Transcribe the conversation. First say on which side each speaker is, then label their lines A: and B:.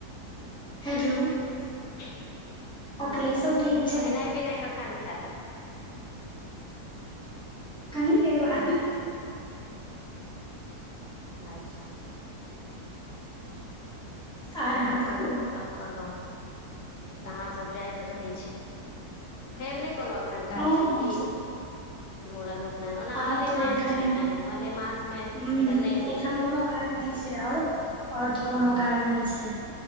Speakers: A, in the centre; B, on the left (about 75°).
A: हेलो
B: <unintelligible> हँ
A: अखिलेशो ठीक छथि
B: खेनाइ पिनाइ कखन खायब
A: कनी देर बाद
B: अच्छा
A: आर
B: से
A: अहाँ
B: तऽ बड्ड
A: कहू
B: नीक गप कहल अहाँसभ जाइत रहै छी फेर नहि कोनो एखन काज
A: हँ
B: छै
A: हम
B: की मुूड़न ओना
A: आब
B: मलेमास
A: तऽ एखन
B: छै ने मलेमासमे
A: ह
B: तऽ नहि होइ
A: एखन
B: छै
A: कोनो काज
B: एखन
A: नहि
B: किछो
A: छै आओर आओर तऽ कोनो
B: हँ
A: काज नहि छै